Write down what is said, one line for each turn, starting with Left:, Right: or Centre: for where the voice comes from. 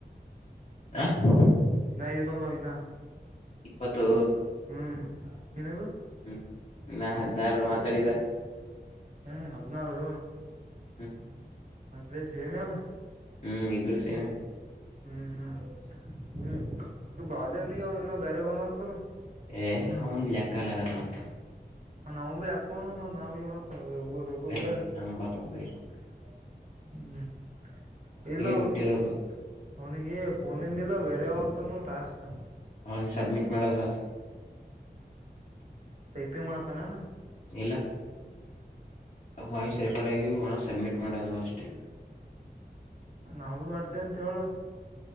Left: <unintelligible>
Right: ಐದು ಬಂದವ ಇನ್ನ
Left: ಇಪ್ಪತ್ತು
Right: ಹ್ಮ್ ನೀನ
Left: ಹ್ಮ್ ನಾ ಹದಿನಾರರು ಮಾತಾಡಿದ
Right: ಹ್ಮ್ ಹದ್ನಾರು
Left: ಹ್ಮ್
Right: <unintelligible>
Left: ಹ್ಮ್ ಇಬ್ರು ಸೇಮೇ
Right: ಹ್ಮ್ ಹ್ಮ್ ಹ್ಮ್ ಇ ಬಾಲ್ಯವನಿಗೆ ಏನೋ ಬೇರೆ ಬಂದ ಅಂತಲ್ಲ
Left: ಏ ಅವನ್ ಲೇಕ್ ಕಲಗತ್ ನ
Right: ನಾವು ಭೀ ಹಾಕೊಂಡ್ ಮತ್ ನಾ ಭೀ ಮತ್ ರೊಬ್ಬ ರೊಬ್ಬ
Left: ಸರಿ
Right: ಬಿಡಾರಿ
Left: ನನ್ <unintelligible>
Right: ಹ್ಮ್ ಇಲ್ಲ ಅವನ
Left: ಬಿಟ್ಟಿರೋದು
Right: ಅವನಿಗಿ ಪೋನ್ಂದಿಲ್ಲ ಬೇರೆೇವಂತನುೂ ಟಾಸ್ಕ್
Left: ಅವ್ನು ಸಬ್ಮಿಟ್ ಮಾಡದ
Right: <unintelligible> ಮಾಡ್ತಾನ
Left: ಇಲ್ಲಾ ವಾಯ್ಸ್ ರೆಕಾರ್ಡ್ ಆಗಿ ವಣ ಸಬ್ಮಿಟ್ ಮಾಡೋದು ಅಷ್ಟೆ
Right: ನಾವ ಬ್ ಮಾಡ್ತೇವ ಅಂತ ಹೇಳ